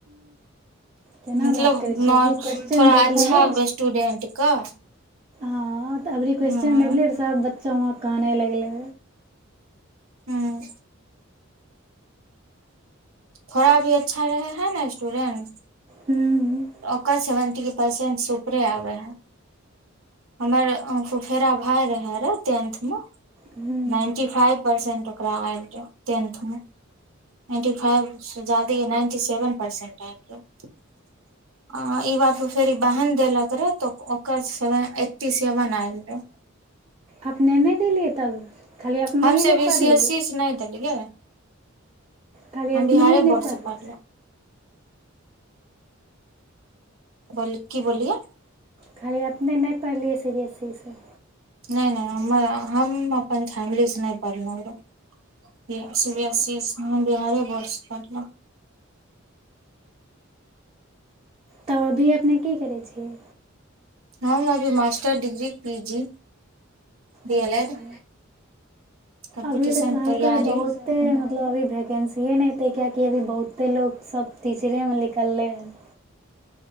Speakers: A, on the right (about 30°); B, on the right (about 85°).
A: केना
B: मतलब
A: बात करै छियै
B: न
A: अभी क्वेश्चन
B: थोड़ा
A: देख
B: अच्छा
A: लियै
B: स्टूडेंट क
A: हँ तऽ अभरी क्वेस्चन
B: ह
A: मिललैय तब बत चमक आनै लगलै
B: हुँ थोड़ा भी अच्छा रहे है ने स्टूडेंट
A: हुँ
B: ओकर सेवेन्टी परसेंटसँ उपरे आबै रहए हमर फुफेरा भाय रहय रहए टेन्थमे
A: हूँ
B: नाइन्टी फाइव परसेंट ओकरा आयि जाय टेन्थमे नाइन्टी फाइवसँ ज्यदे नाइन्टी सेवन परसेंट आयि जाय आ ई बार तऽ फेर बहन देलक रहे तऽ ओकर सेवन एट्टी सेवन आयल रहय
A: अपने नहि देलियै तब खाली अपने
B: हम
A: ह
B: सब
A: नहि पढ़ल
B: ई सी एस सी से नहि देलियै
A: खाली
B: हम
A: अपने
B: बिहारे
A: ह नहि
B: बोर्ड से
A: पढ़ल
B: पढ़लहुँ बोल की बोलिए
A: खाली अपने नहि पढ़लियै सी बी एस ई सँ
B: नहि नहि हमर हम अपन फैमिली से नहि पढ़लहुो न
A: अच्छा
B: सी बी एस सी सँ बिहारे बोर्ड सँ पढ़बैय
A: तब अभी अपने की करै छिय
B: हम अभी master degree P G D
A: अच्छा
B: L Ed कम्पटिशन
A: अभी तऽ कहलकै
B: तैयारी
A: बहुते मतलब अभी भैकेंसीए नहिे किएकि अभी बहुते लोको सब टीचरेमे निकललै हन